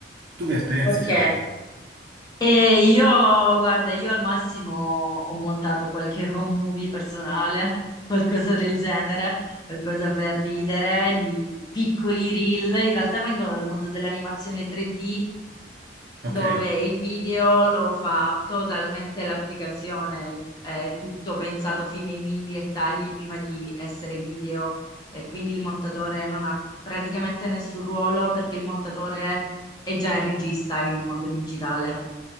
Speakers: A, on the right; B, on the left.
A: Tu che esperienze
B: Ok.
A: c'hai?
B: E io, guarda, io al massimo ho montato qualche home movie personale, qualcosa del genere, qualcosa per ridere, di piccoli reel. In realtà vengono dal mondo dell'animazione 3D, dove
A: Ok,
B: il video lo fa totalmente l'applicazione, è tutto pensato fin nei minimi dettagli prima di essere video. E quindi il montatore non ha praticamente nessun ruolo perché il montatore è già il regista in un mondo digitale.